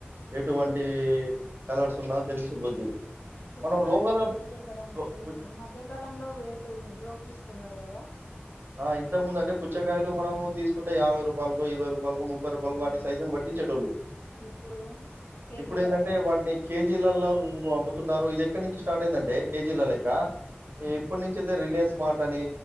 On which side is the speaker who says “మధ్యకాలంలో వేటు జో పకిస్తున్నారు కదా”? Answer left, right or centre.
Left